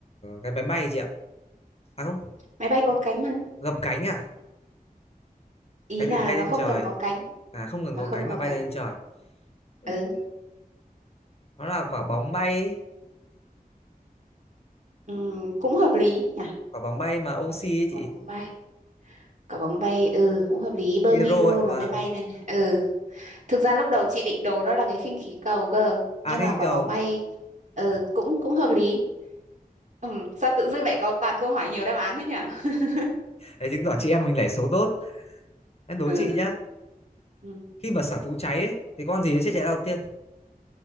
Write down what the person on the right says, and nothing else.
máy bay có cánh mà
ý
là
nó
không
cần có cánh
mà
không
có
cánh
ừ
ừm, cũng hợp lý nhỉ
quả
bóng bay quả bóng bay ừ cũng hợp lý bơm
hydro
nó mới bay lên này. ừ thực ra lúc đầu chị định đồ đó là cái khinh khí cầu cơ
nhưng
mà quả
bóng bay ừ cũng cũng hợp lý ừ, sao tự dưng lại có toàn câu hỏi nhiều đáp án thế nhỉ <laughs>
ừ,
ừ.